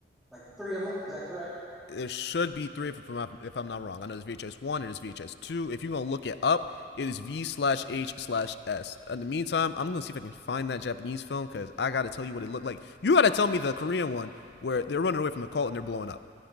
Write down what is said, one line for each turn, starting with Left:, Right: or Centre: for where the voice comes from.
Centre: like three of them. Is that correct?
Left: there should be three if I'm, if I'm not wrong. I know there's VHS one, there's VHS two. If you're gonna look it up, it is V slash H slash S. In the meantime, I'm gonna see if I can find that Japanese film because I gotta tell you what it looked like. You gotta tell me the Korean one where they're running away from the cult and they're blowing up